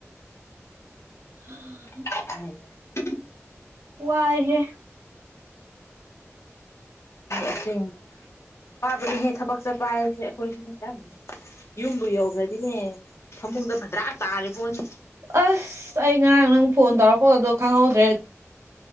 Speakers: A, on the right (about 85°); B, on the left (about 65°).
A: <unintelligible>
B: <unintelligible>
A: ꯋꯥꯏꯍꯦ
B: ꯑꯁꯦꯡꯕ ꯋꯥꯕꯅꯦꯍꯦ ꯊꯕꯛ ꯆꯠꯄ ꯍꯥꯏꯕꯁꯦ ꯑꯩꯈꯣꯏꯁꯨ ꯆꯝꯕꯅꯦ ꯌꯨꯝꯕꯨ ꯌꯧꯈ꯭ꯔꯗꯤꯅꯦ ꯐꯃꯨꯡꯗ ꯐꯗ꯭ꯔꯥꯛ ꯇꯥꯔꯦ ꯄꯣꯠꯅꯤ
A: ꯑꯁ ꯑꯩ ꯉꯔꯥꯡ ꯅꯪ ꯐꯣꯟ ꯇꯧꯔꯛꯄꯒꯗꯣ ꯈꯪꯍꯧꯗ꯭ꯔꯦ